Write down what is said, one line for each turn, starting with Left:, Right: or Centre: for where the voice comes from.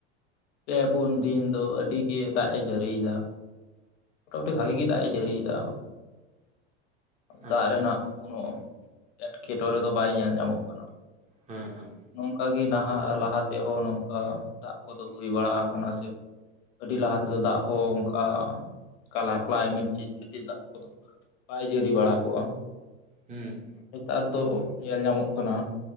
Left: ᱯᱮ ᱯᱩᱱ ᱫᱤᱱ ᱫᱚ ᱟᱹᱰᱤ ᱜᱮ ᱫᱟᱜ ᱮ ᱡᱟᱹᱲᱤᱭᱮᱫᱟ᱾ ᱢᱚᱴᱟ ᱢᱩᱴᱤ ᱵᱷᱟᱜᱤ ᱜᱮ ᱫᱟᱜ ᱮ ᱡᱟᱹᱲᱤᱭᱮᱫᱟ᱾ ᱫᱟᱜ
Right: ᱟᱪᱪᱷᱟ
Left: ᱨᱮᱱᱟᱜ
Right: ᱟᱪᱪᱷᱟ
Left: ᱠᱳᱱᱳ ᱮᱴᱠᱮᱴᱚᱬᱮ ᱫᱚ ᱵᱟᱭ ᱧᱮᱞ ᱧᱟᱢᱚᱜ ᱠᱟᱱᱟ᱾
Right: ᱦᱮᱸ ᱦᱮᱸ
Left: ᱱᱚᱝᱠᱟ ᱜᱮ ᱱᱟᱦᱟᱜ ᱞᱟᱦᱟ ᱛᱮᱦᱚᱸ ᱱᱚᱝᱠᱟ ᱫᱟᱜ ᱠᱚᱫᱚ ᱦᱩᱭ ᱵᱟᱲᱟ ᱟᱠᱟᱱᱟ ᱥᱮ ᱟᱹᱰᱤ ᱞᱟᱦᱟ ᱛᱮ ᱫᱚ ᱫᱟᱜ ᱦᱚᱸ ᱚᱱᱠᱟ ᱠᱟᱞᱟ ᱠᱟᱞᱟᱭᱢᱮᱴ ᱪᱮᱡ ᱠᱷᱟᱹᱛᱤᱨ ᱫᱟᱜ ᱠᱚᱫᱚ ᱵᱟᱭ ᱡᱟᱹᱨᱤ ᱵᱟᱲᱟ ᱠᱚᱜ-ᱟ᱾
Right: ᱦᱩᱸ
Left: ᱱᱮᱛᱟᱨ ᱫᱚ ᱧᱮᱞ ᱧᱟᱢᱚᱜ ᱠᱟᱱᱟ